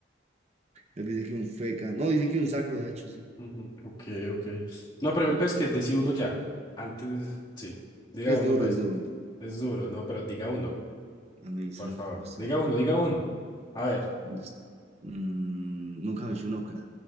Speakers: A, on the right; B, on the left.
A: Dice que un feca. No, dice que un sacro, de hecho, sí.
B: Ujú, Ok, ok. No, pero entonces que decía uno ya. Antes, sí. Diga
A: Que es
B: uno,
A: duro,
B: pues.
A: es duro.
B: Es duro, ¿no? Pero diga uno,
A: A mí dicen,
B: por favor.
A: o sea,
B: Diga uno, diga uno. A ver,
A: des- mm, nunca me he hecho un ocra.